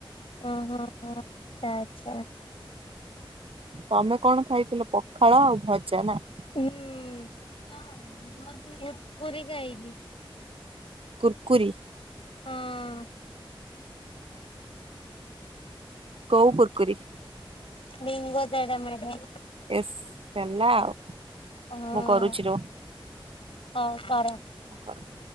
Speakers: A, on the left (about 85°); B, on the right (about 80°).
A: ଉଁ -ହୁଁ -ହୁଁ- ହୁଁ ଆଚ୍ଛା।
B: ତମେ କଣ ଖାଇଥିଲ -ପଖାଳ ଆଉ ଭଜା ନା?
A: ହୁଁ ମୁଁ ପୁରି ଖାଇଲି।
B: କୁର୍ କୁରି।
A: ହଁ।
B: କୋଉ କୁର୍ କୁରି?
A: Bingo ଟେଡେ mayday.
B: ଇସ୍ ହେଲା ଆଉ।
A: ହଁ
B: ମୁଁ କରୁଛି ରୁହ
A: ହ ପାର
B: କର।